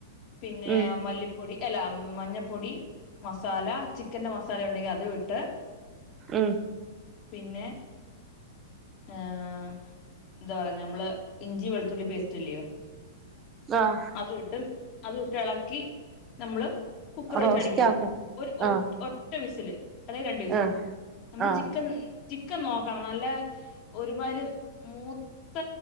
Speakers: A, on the left; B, on the right.
A: പിന്നെ
B: ഉം
A: മല്ലിപ്പൊടി അല്ല മഞ്ഞപ്പൊടി മസാല ചിക്കന്റെ മസാല ഉണ്ടെങ്കിൽ അതും ഇട്ട്
B: ഉം
A: പിന്നെ ഏഹ് എന്താ പറയുന്ന നമ്മൾ ഇഞ്ചി വെളുത്തുള്ളി പേസ്റ്റ് ഇല്ലയോ
B: ആഹ്
A: അതുവിട്ടും അതുവിട്ട് ഇള കി നമ്മൾ കുക്കർ വെച്ച്
B: റോസ്റ്റ്
A: അടിക്കുന്നു
B: ആക്കും
A: ഒരു ഒ
B: ആഹ്
A: ഒറ്റ വിസിൽ അല്ലെ രണ്ടു വിസിൽ
B: ആഹ്
A: നമ്മൾ
B: ആഹ്
A: ചിക്കൻ ചിക്കൻ നോക്കണം നല്ല ഒരുമാതിരി മൂത്ത